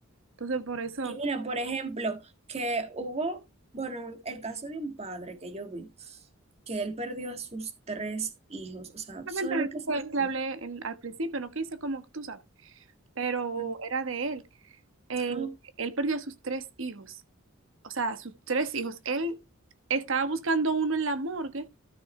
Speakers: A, on the right; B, on the right.
A: Entonces por eso,
B: Y mira, por ejemplo, que hubo, bueno, el caso de un padre que yo vi, que él perdió a sus tres hijos. O sea,
A: realmente
B: ¿tú sabes
A: de
B: lo
A: eso
B: que es
A: fue
B: eso?
A: que hablé en- al principio, no quise como tú sabes pero
B: Mm,
A: era de él. Eh,
B: ah,
A: él perdió a sus tres hijos, o sea, a sus tres hijos. Él estaba buscando uno en la morgue,